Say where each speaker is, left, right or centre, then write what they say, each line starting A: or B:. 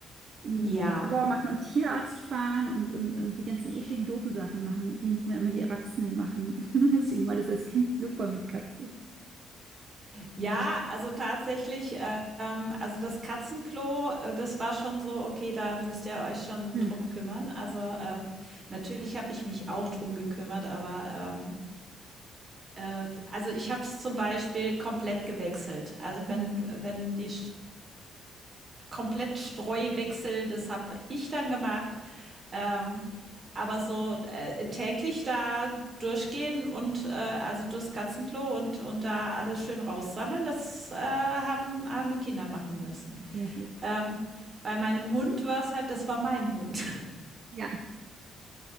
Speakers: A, on the right (about 50°); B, on the right (about 35°).
A: irgendwie
B: ja.
A: Labor machen und Tierarzt fahren und, und, und die ganzen ekligen, doofen Sachen machen, die müssen ja immer die Erwachsenen machen. <laughs> Deswegen war das als Kind super mit Katzen.
B: Ja, also tatsächlich, ähm, also das Katzenklo, äh, das war schon so, okay, da müsst ihr euch schon
A: Hm,
B: drum kümmern. Also äh, natürlich habe ich mich auch drum gekümmert, aber ähm, Äh, Also ich habe es zum Beispiel komplett gewechselt. Also
A: hm,
B: wenn, wenn die komplett Streuwechsel, das habe ich dann gemacht. Ähm, aber so äh, täglich da durchgehen und äh, also durchs Katzenklo und, und da alles schön raussammeln, das äh, haben, haben die Kinder machen müssen.
A: sehr gut.
B: Ähm, bei meinem Hund war es halt, das war mein Hund.
A: Ja.